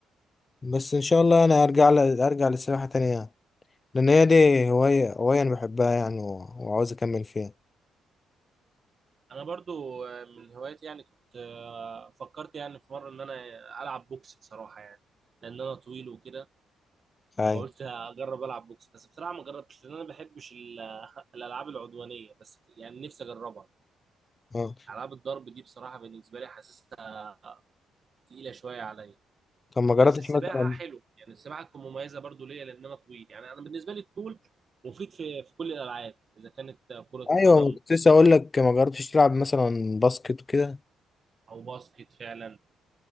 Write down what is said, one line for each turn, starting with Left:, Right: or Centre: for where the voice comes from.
Left: بس ان شاء الله انا ارجع ل... ارجع للسباحة تاني يعني لان هي دي هواية هواية انا بحبها يعني و... وعاوز اكمل فيها
Right: انا برضو آه، من هواياتي يعني كنت آه، فكرت يعني في مره ان انا العب بوكس بصراحه يعني لان انا طويل وكده
Left: ايوه
Right: فقلت اجرب العب بوكس بس بصراحه ما جربتش لان انا ما بحبش ال- <laughs> الالعاب العدوانيه بس يعني نفسي اجربها
Left: اه
Right: العاب الضرب دي بصراحه بالنسبه لي حاسسها تقيله شويه عليا
Left: طب ما جربتش
Right: بس السباحه
Left: مثلا
Right: حلو يعني السباحه تكون مميزه برضو ليا لان انا طويل يعني انا بالنسبه لي الطول مفيد في في كل الالعاب اذا كانت كره
Left: ايوه
Right: قدم
Left: كنت لسه اقول لك ما جربتش تلعب مثلا باسكت وكده
Right: او باسكت فعلا